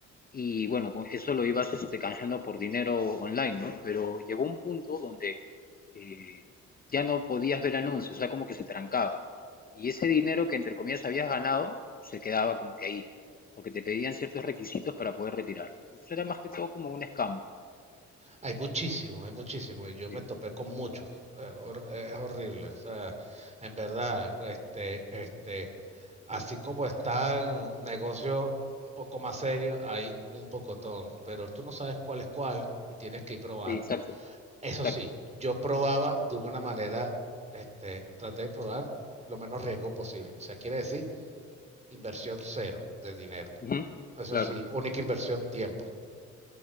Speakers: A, on the left; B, on the right.
A: y bueno, con eso lo ibas este, canjeando por dinero online, ¿no? Pero llegó un punto donde eh, ya no podías ver anuncios, o sea, como que se trancaba. Y ese dinero que entre comillas habías ganado se quedaba como que ahí, porque te pedían ciertos requisitos para poder retirarlo. ¿no? Entonces era más que todo como un scam.
B: Hay muchísimos hay muchísimos Y yo
A: Sí.
B: me topé con muchos. Eh, hor- Es horrible. O sea, en verdad, este, este, así como están negocios un poco más serios, hay un pocotón. Pero tú no sabes cuál es cuál y tienes que ir probando.
A: Sí, exacto,
B: Eso
A: exacto.
B: sí, yo probaba de alguna manera, este, traté de probar lo menos riesgo posible. O sea, quiere decir inversión cero de dinero.
A: Ujú,
B: Eso
A: Claro,
B: sí, única inversión, tiempo.